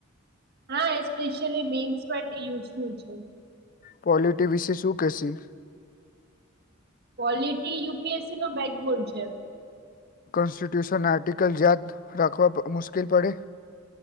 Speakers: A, on the right; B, on the left.
A: હા એસ્પેશિયલી મેન્સ માટે યુસફુલ છે.
B: પોલિટી વિશે શું કેસી
A: polity U P S C નો બેકગોડ છે
B: કોન્સ્ટિટ્યુશન આર્ટિકલ યાદ રાખવા મુશ્કેલ પડે.